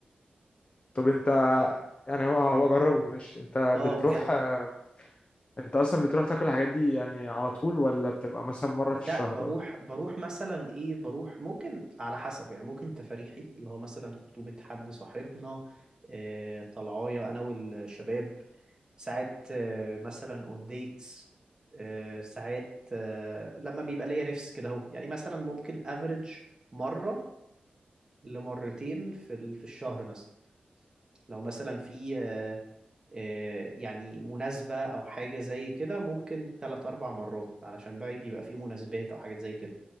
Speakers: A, on the left (about 35°); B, on the right (about 20°).
A: طب انت يعني هو هو
B: مم.
A: أجربه ماشي انت
B: اه
A: بتروح
B: بجد
A: آه، انت أصلا بتروح تاكل الحاجات دي يعني على طول ولا بتبقى مثلا مرة في الشهر
B: لا بروح
A: ولا
B: بروح مثلا ايه بروح ممكن على حسب يعني ممكن تفريحي اللي هو مثلا خطوبة حد صاحبنا آه طلعايا انا والشباب ساعات آه مثلا اون ديتس آه ساعات آه لما بيبقى ليا نفس كده اهو يعني مثلا ممكن افريج مرة لمرتين في ال- في الشهر مثلا لو مثلا في آه، آه، يعني مناسبة أو حاجة زي كده ممكن تلات أربع مرات علشان بقى بيبقى في مناسبات أو حاجات زي كده